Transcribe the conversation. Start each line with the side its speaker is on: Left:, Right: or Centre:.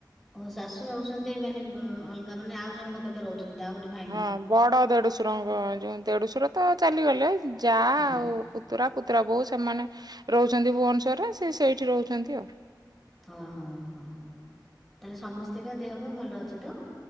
Centre: ଓହୋ ଶାଶୁ ରହୁଛନ୍ତି ମାନେ ଅଲଗା ମାନେ ବୁ ଅଲଗା ମାନେ ଆଉ ଜଣଙ୍କ ପାଖେ ରହୁଛନ୍ତି ଆଉ ଗୋଟେ ଭା
Right: ହଁ ବଡ ଦେଡୁଶୁରଙ୍କ ଯୋଉ ଦେଡୁଶୁର ତ ଚାଲିଗଲେ ଯା
Centre: ହୁଁ
Right: ଆଉ ପୁତୁରା ପୁତୁରା ବୋଉ ସେମାନେ ରହୁଛନ୍ତି ଭୁବନଶ୍ୱରରେ ସିଏ ସେଇଠି ରହୁଛନ୍ତି ଆଉ।
Centre: ହ ହ ହ ହ ହ ତାହେଲେ ସମସ୍ତିଙ୍କ ଦେହ ପା ଭଲ ଅଛି ତ।